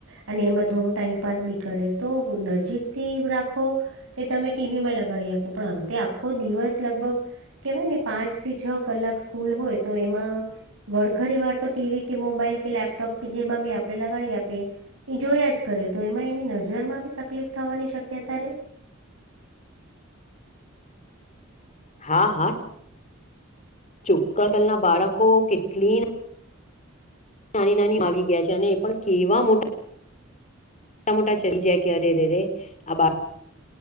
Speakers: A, on the right (about 75°); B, on the left (about 35°).
A: અને એમાં થોડું ટાઈમપાસ બી કરે તો નજીક થી રાખો કે તમે ટીવીમાં લગાડી આપો પણ અંતે આખો દિવસ લગભગ કેવાય ને પાંચ થી છ કલાક સ્કૂલ હોય તો એમાં ઘણખરી વાર તો ટી વી કે મોબાઈલ કે લેપટોપ કે જેમાં બી આપણે લગાડી આપીએ એ જોયા જ કરે તો એમાં એની નજર માં બી તકલીફ થવાની શક્યતા રે
B: હા હા. ચોક્કલ ના બાળકો કેટલી નાની નાની આવી ગયા છે અને એ પણ કેવા મોટા મોટા મોટા ચડી જાય કે અરે રરે આ બા